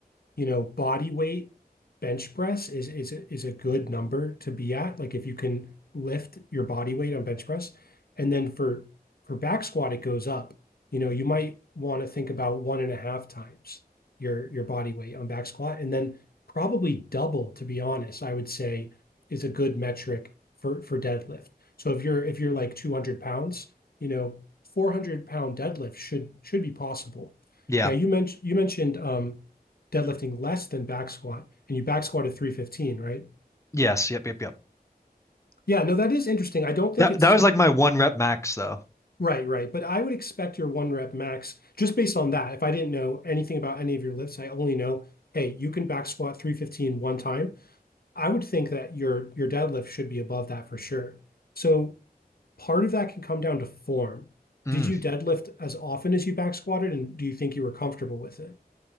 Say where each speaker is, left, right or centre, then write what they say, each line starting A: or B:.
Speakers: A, on the left (about 70°); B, on the left (about 20°).
A: you know, body weight bench press is is a, is a good number to be at. Like if you can lift your body weight on bench press, and then for for back squat it goes up. You know, you might want to think about one and a half times your your body weight on back squat, and then probably double, to be honest, I would say is a good metric for for deadlift. So if you're if you're like 200 pounds, you know, 400 pound deadlift should should be possible.
B: Yeah.
A: Now you mentioned you mentioned um, deadlifting less than back squat, and you back squatted 315, right?
B: Yes. Yep. Yep. Yep.
A: Yeah, no, that is interesting. I don't think
B: That
A: it's
B: that was like my one rep max though.
A: right, right. But I would expect your one rep max just based on that. If I didn't know anything about any of your lifts, I only know, hey, you can back squat three fifteen one time. I would think that your your deadlift should be above that for sure. So part of that can come down to form.
B: Mm.
A: Did you deadlift as often as you back squatted, and do you think you were comfortable with it?